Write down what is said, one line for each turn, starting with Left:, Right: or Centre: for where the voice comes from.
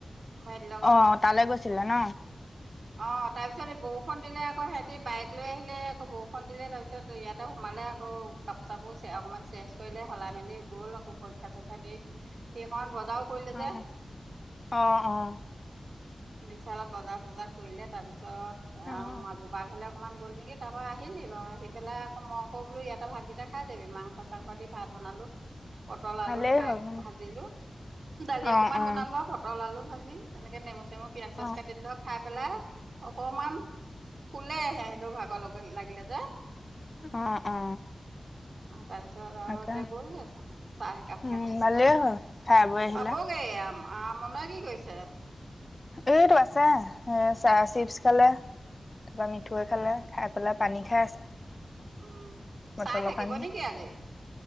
Right: ভাইটিৰ লগত,
Left: অ তালৈ গৈছিলা ন
Right: অ'। তাৰপিছত এই বৰষুণ দিলে আকৌ, সেহঁতি বাইক লৈ আহিলে আকৌ বৰষুণ দিলে তাৰপিছত। ত ইয়াতে সোমালে আকৌ কাপোৰ চাপোৰ অকণমান চেঞ্জ কৰিলে সলাই মেলি গ'ল আকৌ পৰীক্ষা চৰীক্ষা দি সি অকমান বজাৰো কৰিলে
Left: অ
Right: যে।
Left: অ'- অ'।
Right: বিচালত বজাৰ চজাৰ কৰিলে তাৰপিছত
Left: অ
Right: আ মাজুবা ঘৰলে অকণমান গ'ল নেকি তাৰপৰা আহিলি বাৰু আহি পেলাই আকৌ মই আকৌ বোলো ইয়াতে ভাতকেইটা খাই যাবি, মাংস চাংস দি ভাত বনালো। পটল আলু
Left: ভালেই
Right: খাই
Left: হ'ল
Right: ভাজিলো, দালি
Left: অ
Right: অকমান
Left: অ
Right: বনালো আৰু পটল আলু ভাজি তেনেকে নেমু চেমু পিয়াজ চিয়াজ
Left: অ
Right: কাটি দিলোঁ খাই পেলাই অকমান শুলে সেহঁতৰ ভাগৰ লগ লাগিলে যে।
Left: অ অ
Right: তাৰপিছত আৰু
Left: তাকে
Right: এতিয়া গ'লগে চাহ এক একাপ
Left: উম
Right: খাই,
Left: ভালেই হ'ল খাই বৈ আহিলা
Right: পাবগে আ আমোনাই কি কৰিছে।
Left: এইটো আছে এ চাহ চিপচ
Right: উম
Left: খালে তাৰপা মিঠৈ
Right: উম
Left: খালে খাই পেলাই পানী খাই আছে।
Right: উম,
Left: বটলৰ
Right: চাৰ থাকিব
Left: পানী
Right: নেকি আজি।